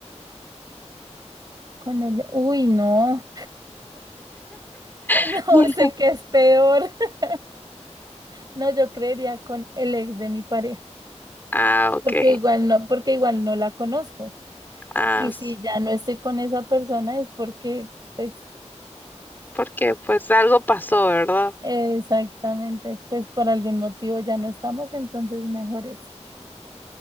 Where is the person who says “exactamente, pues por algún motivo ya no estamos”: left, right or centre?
Right